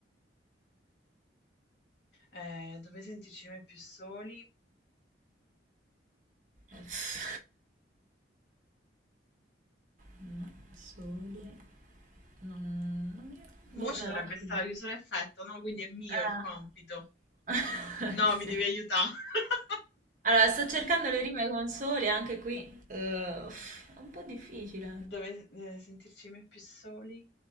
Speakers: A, on the left (about 75°); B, on the right (about 45°).
A: eh, dove sentirci mai più soli.
B: Uff, no, Soli? Non, non mi... Boh,
A: Mo' ci
B: no,
A: dovrebbe
B: ho capito.
A: stare la chiusura a effetto, no? Quindi è mio
B: Ah.
A: il compito.
B: <laughs>
A: No, mi
B: Sì.
A: devi aiutare. <laughs>
B: Allora, sto cercando le rime con soli anche qui. Eh, uff, è un po' difficile.
A: Dove eh, sentirci mai più soli?